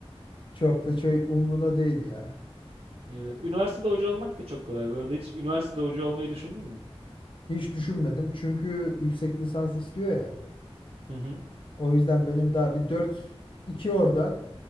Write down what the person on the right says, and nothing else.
Öyle. Üniversitede hoca olmak da çok kolay. Bu arada hiç üniversitede hoca olmayı düşündün mü?
Hı hı.